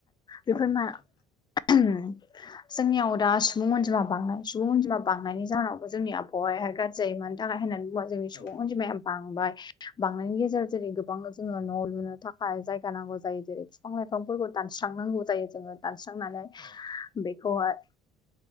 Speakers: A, on the left; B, on the left.
A: बेफोर
B: औ
A: मा
B: नोंथां
A: जोंनियाव दा सुबुं अनजिमा बांनाय सुबुं अनजिमा बांनायनि जाहाव जोंनि आबहावाया गाज्रि जायो मानो थाखाय होननानै बुंबा जोंनि
B: औ
A: सुबुं अनजिमाया बांबाय बांनायनि गेजेराव जेरै गोबां जोङो न' लुनो थाखाय जायगा नांगौ जायो जेरै बिफां लाइफांफोरखौ दानस्रांनांगौ जायो जोङो दानस्रांनानै
B: औ
A: बेखौहाय